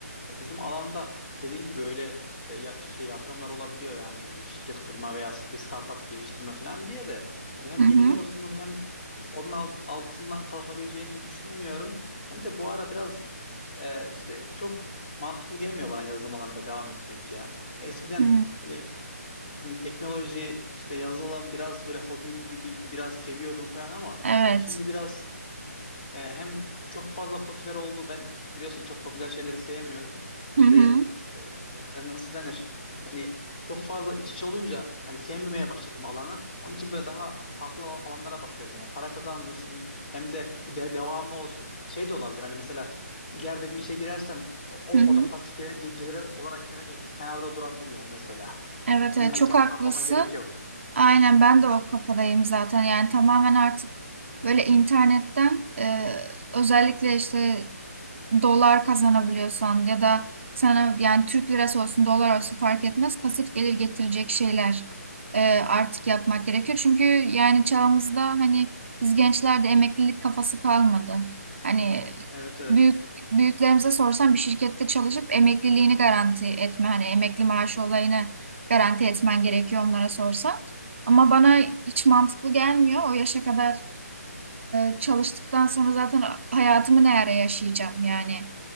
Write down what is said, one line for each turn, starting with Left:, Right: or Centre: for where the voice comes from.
Left: E, Bizim alanda dediğin gibi öyle e, ya- şey yatırımlar olabiliyor yani bir şirket kurma veya s- bir startup geliştirme falan diye de yani hem
Right: Hı hı.
Left: yeni mezunum hem onun al- altından kalkabileceğimi düşünmüyorum. Hem de bu ara biraz e, işte çok mantıklı gelmiyor bana yazılım alanında devam etmek ya. Eskiden
Right: Hı.
Left: böyle m, teknoloji işte yazılım biraz böyle hobim gibiydi, biraz seviyordum falan ama
Right: Evet.
Left: şimdi biraz e, hem çok fazla popüler oldu. Ben biliyorsun çok popüler şeyleri sevmiyorum.
Right: Hı
Left: Bir
Right: hı.
Left: de e, e, nasıl denir? Yani çok fazla iç içe olunca hani sevmemeye başladım alanı. Onun için böyle daha farklı al- alanlara bakıyorum ya. Para kazandırsın hem de bir de devamı olsun. Şey de olabilir. Hani mesela ileride bir işe girersem o, o
Right: Hı hı.
Left: o da pasif gel- ge- gelir olarak kenar- kenarda durabilir yani mesela.
Right: Evet,
Left: İlla
Right: evet çok
Left: kendim
Right: haklısın.
Left: yapmama gerek yok.
Right: Aynen ben de o kafadayım zaten. Yani tamamen artık böyle internetten e, özellikle işte dolar kazanabiliyorsan ya da sana yani Türk lirası olsun dolar olsun fark etmez pasif gelir getirecek şeyler e, artık yapmak gerekiyor. Çünkü yani çağımızda hani biz gençlerde emeklilik kafası kalmadı. Hani
Left: Evet evet.
Right: büyük büyüklerimize sorsan bir şirkette çalışıp emekliliğini garanti etme hani emekli maaşı olayını garanti etmen gerekiyor onlara sorsan. Ama bana hiç mantıklı gelmiyor. O yaşa kadar e, çalıştıktan sonra zaten hayatımı ne ara yaşayacağım yani.